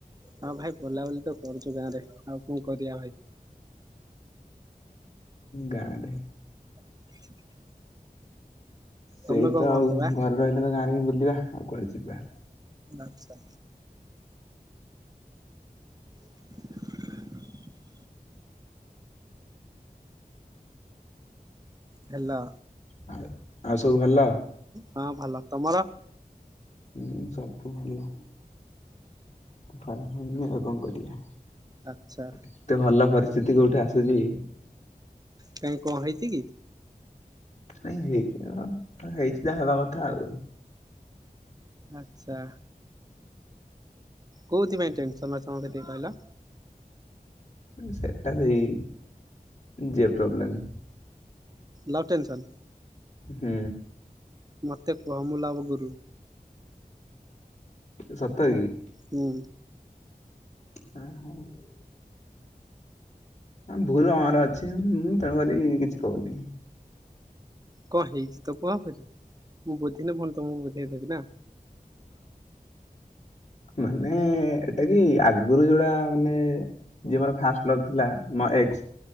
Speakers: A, on the right; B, on the left.
A: ହଁ ଭାଇ ବୋଲାବୁଲି ତ କରୁଚୁ ଗାଁ ରେ ଆଉ କଣ କରିଆ ଭାଇ।
B: ଗାଁ ରେ
A: <unintelligible>
B: ସେଇ
A: ତମେ କଣ
B: ତ ଆଉ,
A: କରୁଛ ବା
B: ଘରେ ରହିଲେ ତ ଗାଁରେ ହିଁ ବୁଲିବା ଆଉ କୁଆଡେ ଯିବା।
A: ଆଚ୍ଛା। <unintelligible> ହେଲୋ।
B: ଆ ଆଉ ସବୁ ଭଲ?
A: ହଁ ଭଲ, ତମର?
B: ହୁଁ ସବୁ ଭଲ। ଟାଇମ୍ ହଉନି ଆଉ କଣ କରିଆ।
A: ଆଚ୍ଛା
B: ଏତେ ଭଲ ପରିସ୍ଥିତି କୋଉଠି ଆସୁଚି।
A: କାଇଁ କଣ ହେଇଚି କି?
B: ନାଇଁ ହେଇଚି କଣ ହେଇଚି ଯାହା ହବା କଥା ଆଉ।
A: ଆଚ୍ଛା। କୋଉଥିପାଇଁ ଟେନସନ୍ ଅଛ ମତେ ଟିକେ କହିଲ।
B: ସେଇଟା ସେଇ ଝିଅ ପ୍ରୋବ୍ଲେମ୍।
A: Love tension?
B: ହୁଁ।
A: ମତେ କୁହ ମୁଁ ଲଭ୍ ଗୁରୁ।
B: ସତରେ କି?
A: ହୁଁ।
B: <inaudible> ଭୁଲ୍ ମୋର ଅଛି, ମୁଁ ତେଣୁକରି କିଛି କହୁନି।
A: କଣ ହେଇଚି ତ କୁହ, ମୁଁ ବୁଝିନେ ଫୁଣି ତମୁକୁ ବୁଝେଇଦେବି ନା।
B: ମାନେ ଏଟା କି ଆଗରୁ ଯୋଉଡା ମାନେ ଯିଏ ମୋର ଫାଷ୍ଟ ଲଭ୍ ଥିଲା ମୋ ଏକ୍ସ।